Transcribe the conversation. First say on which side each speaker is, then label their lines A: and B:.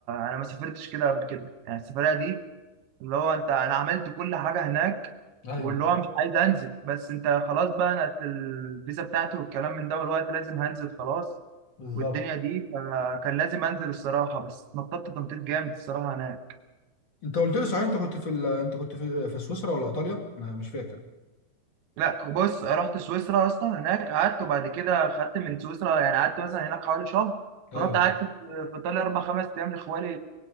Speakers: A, on the right (about 70°); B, on the left (about 35°).
A: انا ما سافرتش كده قبل كده يعني السفريه دي اللي هو انت انا عملت كل حاجه هناك
B: <laughs> ايوه
A: واللي هو مش عايز انزل بس انت خلاص بقى انا الفيزا بتاعتي والكلام من ده والوقت لازم هنزل خلاص
B: بالظبط
A: والدنيا دي فكان لازم انزل الصراحه بس نططت تنطيط جامد الصراحه هناك
B: انت قلت لي صحيح انت كنت في ال... انت كنت في في سويسرا ولا ايطاليا انا مش فاكر
A: لا بص رحت سويسرا يا اسطى هناك قعدت وبعد كده خدت من سويسرا يعني قعدت مثلا هناك حوالي شهر
B: ايوه
A: ورحت قعدت في ايطاليا اربع خمس ايام لخوالي